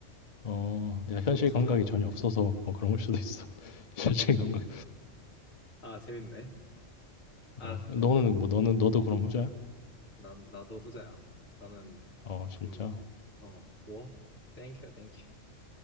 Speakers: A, on the left; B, on the left.
A: 어. 내가 현실
B: 너가 처음인
A: 감각이
B: 것
A: 전혀
B: 같아.
A: 없어서 어, 그런 걸 수도 있어. <laughs> 현실 감각.
B: 아, 재밌네. 알았어.
A: 어, 너는 뭐 너는 너도 그럼 후자야?
B: 난 나도 후자야. 나는
A: 어, 진짜.
B: 좀 어, 워? 땡큐야, 땡큐.